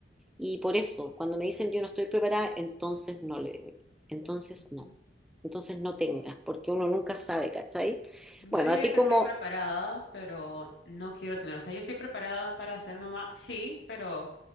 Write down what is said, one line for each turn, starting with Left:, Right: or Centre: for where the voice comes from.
Centre: Y por eso, cuando me dicen yo no estoy preparada, entonces no le digo, entonces no,
Left: Mm,
Centre: entonces no
Left: no,
Centre: tengas, porque uno nunca
Left: no.
Centre: sabe, ¿cachai?
Left: Yo
Centre: Bueno,
Left: diría
Centre: a ti
Left: que
Centre: como
Left: estoy preparada, pero no quiero tener. O sea, yo estoy preparada para ser mamá, sí, pero